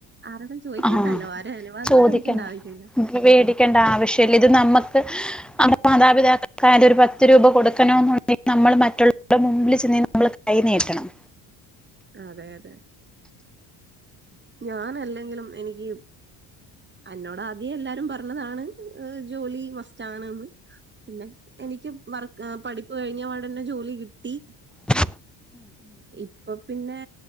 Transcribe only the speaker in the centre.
ആഹ
ചോദിക്കണ്ട
മേടിക്കണ്ട ആവശ്യല്ല ഇത് നമ്മക്ക് മാതാപിതാക്കൾക്ക്ായ ഒരു പത്ത് രൂപ കൊടുക്കണണ്ടെങ്കിൽ നമ്മൾ മറ്റുള്ളവരുടെ മുമ്പിൽ നമ്മൾ കൈ നട്ടണം
ഉ